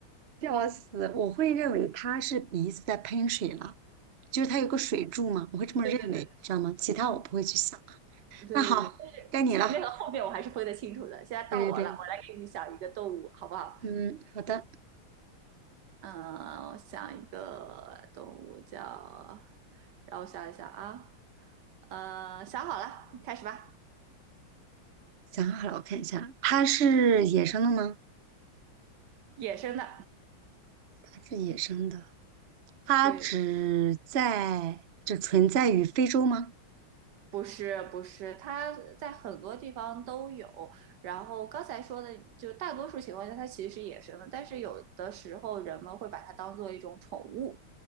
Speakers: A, on the right; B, on the right.
A: 笑死！我会认为它是鼻子在喷水了，就是它有个水柱嘛，我会这么认为，
B: 对对对。
A: 知道吗？其他我不会去想。
B: 对对对，
A: 那好，
B: 但是前面和后面我还是分得清楚的。
A: 该你了。
B: 现在到我了，
A: 对对对，
B: 我来给你想一个动物，好不好？
A: 嗯，好的，
B: 嗯，我想一个动物叫，让我想一想啊，呃，想好了，你开始吧。
A: 想好了，我看一下，它是野生的吗？
B: 野生的，
A: 它是野生的。它只在只存在于非洲吗？
B: 对，不是不是，它在很多地方都有。然后刚才说的，就大多数情况下它其实是野生的，但是有的时候人们会把它当做一种宠物，